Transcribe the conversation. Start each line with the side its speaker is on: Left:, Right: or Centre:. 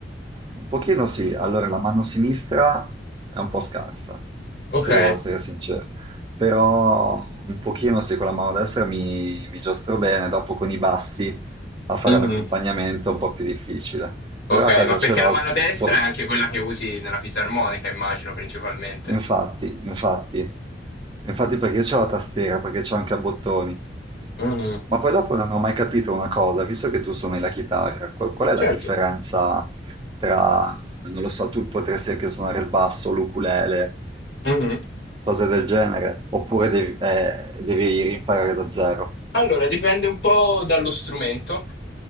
Right: Un pochino sì, allora la mano sinistra è un po' scarsa,
Left: Ok.
Right: se devo essere sincero, però un pochino sì, con la mano destra mi, mi giostro bene, dopo con i bassi a fare
Left: Mhm.
Right: l'accompagnamento è un po' più difficile,
Left: Ok,
Right: però a casa
Left: ma perché
Right: ce l'ho,
Left: la mano destra
Right: un po'-
Left: è anche quella che usi nella fisarmonica, immagino, principalmente.
Right: infatti, infatti, infatti perché io c'ho la tastiera, perché c'ho anche a bottoni,
Left: Mhm.
Right: Ma poi dopo non ho mai capito una cosa, visto che tu suoni la chitarra, qual, qual è
Left: Certo.
Right: la differenza tra, non lo so, tu potresti anche suonare il basso, l'ukulele,
Left: Mhm.
Right: cose del genere, oppure devi, eh, devi imparare da zero.
Left: Allora, dipende un po' dallo strumento,